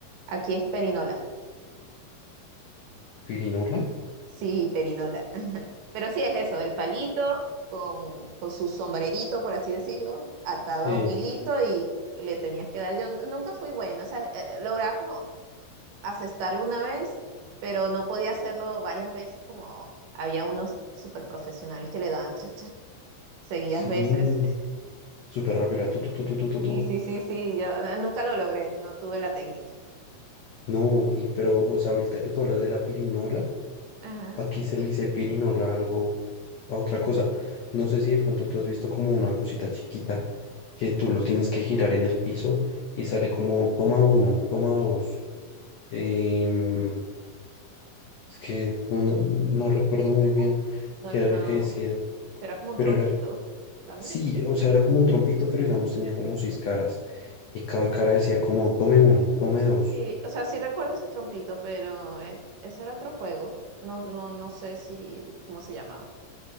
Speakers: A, on the right (about 70°); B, on the left (about 75°).
A: Aquí es perinola.
B: pirinola.
A: Sí, perinola. <laughs> Pero sí es eso, el palito con, con su sombrerito, por así decirlo, atado
B: Sí,
A: a un hilito y, y le tenías que dar. Yo n- nunca fui buena, o sea, eh, eh, lograba como asestarlo una vez, pero no podía hacerlo varias veces como había unos super profesionales que le daban chacha seguidas
B: sí,
A: veces.
B: súper
A: <laughs>
B: rápido, era tu, tu, tu, tu, tu, tu,
A: Sí,
B: tu.
A: sí, sí, sí, yo eh, nunca lo logré, no tuve la técnica.
B: No, y pero, o sea, ahorita que tú hablas de la pirinola.
A: Ajá.
B: Aquí se le dice pirinola algo a otra cosa. No sé si de pronto tú has visto como una cosita chiquita que tú lo tienes que girar en el piso y sale como toma uno, toma dos. Em, es que no, no, no recuerdo
A: Es
B: muy
A: como,
B: bien
A: no,
B: qué
A: no,
B: era lo que decía,
A: pero era como un
B: pero
A: trompito
B: era,
A: también.
B: sí, o sea, era como un trompito, pero digamos tenía como seis caras y cada cara decía como tome uno, tome dos.
A: Sí, o sea, sí recuerdo ese trompito, pero eh, ese era otro juego. No, no, no sé si, cómo se llamaba.